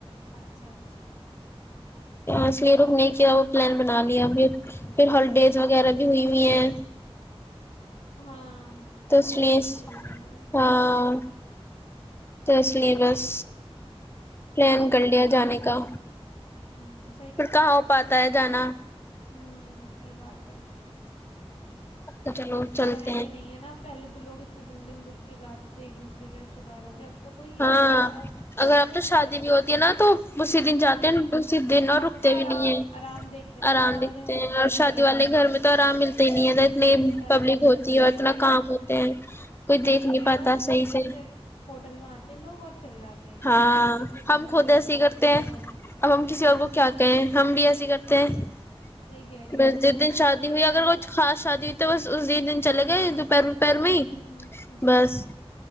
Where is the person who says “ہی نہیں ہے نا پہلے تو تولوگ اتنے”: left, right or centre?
Left